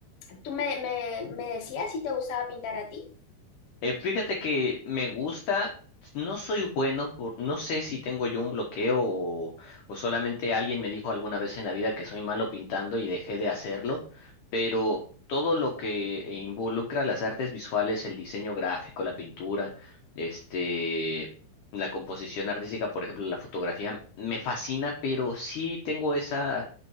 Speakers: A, on the left (about 65°); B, on the left (about 75°).
A: tú me, me, me decías si te gustaba pintar a ti.
B: Eh, fíjate que me gusta, no soy bueno por, no sé si tengo yo un bloqueo o, o solamente alguien me dijo alguna vez en la vida que soy malo pintando y dejé de hacerlo, pero todo lo que involucra las artes visuales, el diseño gráfico, la pintura, este, la composición artística, por ejemplo, la fotografía, me fascina, pero sí tengo esa